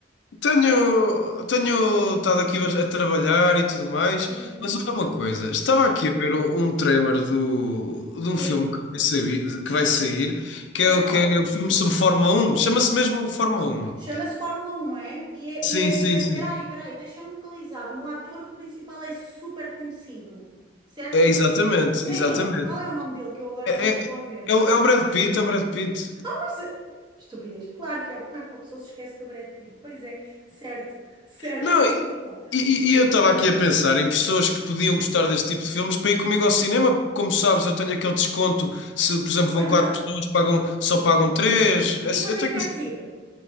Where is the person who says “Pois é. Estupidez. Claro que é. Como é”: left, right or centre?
Right